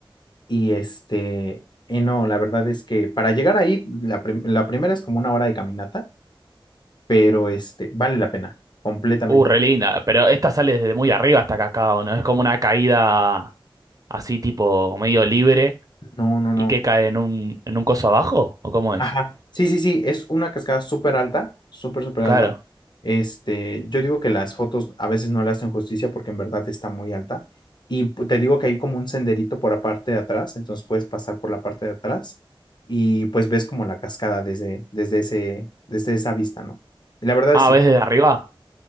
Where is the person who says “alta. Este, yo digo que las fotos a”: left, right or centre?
Left